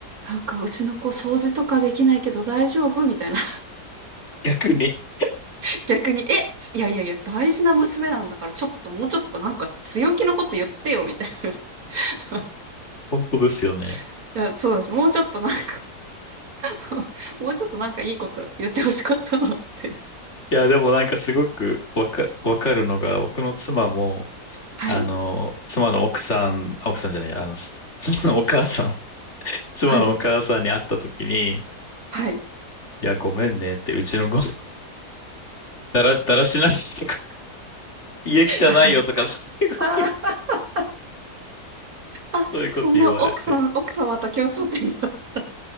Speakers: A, on the right; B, on the left.
A: なんかうちの子掃除とかできないけど大丈夫みたいな。
B: 逆に。
A: <laughs> 逆に、え、いやいやいや、大事な娘なんだからちょっともうちょっとなんか強気のこと言ってよみたいな。
B: 本当ですよね。
A: <laughs> いや、そうです。もうちょっとなんか <laughs> もうちょっとなんかいいこと言ってほしかったなって
B: いや、でもなんかすごくわか、わかるのが、僕の妻も、
A: はい、
B: あの、妻の奥さん、あ奥さんじゃない、あの、す <laughs> 妻のお母さん、<laughs> 妻のお母さんに会った時に、
A: はい、
B: い
A: はい。
B: や、ごめんねって、うちのご、だら、だらしないとか、<laughs> 家汚いよとか、
A: あ、ま、
B: <laughs> そういうこと言う、
A: あー、あ、
B: そういうこと言われて。
A: そんな奥さん、奥様と共通点が。<laughs>